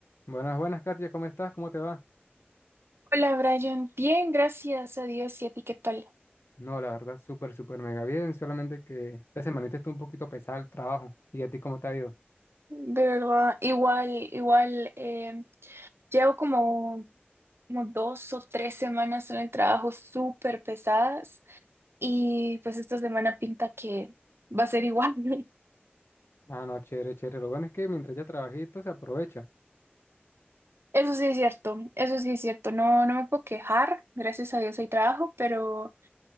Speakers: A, on the left; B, on the right.
A: Buenas, buenas, Katia, ¿cómo estás? ¿Cómo te va?
B: Hola Brian, bien, gracias a Dios y a ti, ¿qué tal?
A: No, la verdad, súper, súper mega bien, solamente que esta semanita estuvo un poquito pesado el trabajo. ¿Y a ti cómo te ha ido?
B: De verdad, igual, igual, eh, llevo como, como dos o tres semanas en el trabajo súper pesadas y pues esta semana pinta que va a ser igual. <laughs>
A: Ah, no, chévere, chévere. Lo bueno es que mientras ya trabajito se aprovecha.
B: Eso sí es cierto, eso sí es cierto, no, no me puedo quejar, gracias a Dios hay trabajo, pero...